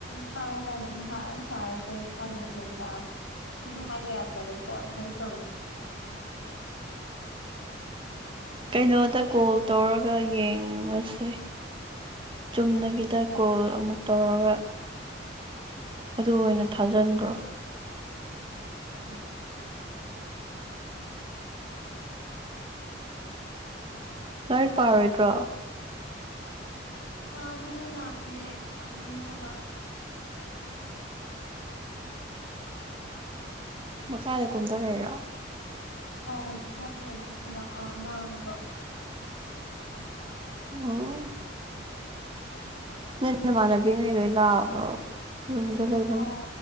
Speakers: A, on the left; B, on the right.
A: ꯊꯥꯔꯛꯑꯣ ꯍꯥꯢꯔꯗꯤ ꯃꯊꯥ ꯌꯥꯝ ꯁꯥꯢꯌꯦ ꯀꯩ ꯊꯥꯗꯣꯢꯅꯣ ꯒ꯭ꯌꯥꯟ ꯇꯥ ꯁꯤꯌꯨ ꯍꯥꯢꯕ ꯌꯥꯗꯕꯒꯤ ꯀꯣ ꯑꯩ <unintelligible>
B: ꯀꯩꯅꯣꯗ ꯀꯣꯜ ꯇꯧꯔꯒ ꯌꯦꯡꯂꯁꯦ ꯆꯨꯝꯅꯒꯤꯗ ꯀꯣꯜ ꯑꯃꯨꯛ ꯇꯧꯔꯒ ꯑꯗꯨ ꯑꯣꯏꯅ
A: ꯎꯝ
B: ꯊꯥꯖꯟꯒ꯭ꯔꯣ
A: ꯎꯝ
B: ꯂꯥꯏꯔꯤꯛ ꯄꯥꯔꯣꯏꯗ꯭ꯔꯣ
A: ꯄꯥꯅꯉꯥꯢ ꯂꯥꯛꯄꯅꯦ ꯄꯥꯅꯤꯡꯗꯕ
B: ꯃꯈꯥꯗ ꯀꯨꯝꯗꯔꯩꯔꯣ
A: <unintelligible> ꯑꯉꯥꯡꯕ
B: ꯑꯣ ꯅꯣꯢ ꯅꯃꯅꯕꯤꯉꯩ ꯂꯣꯢ ꯂꯥꯛꯑꯕꯣ ꯔꯨꯝꯗ ꯂꯩ
A: ꯑꯥ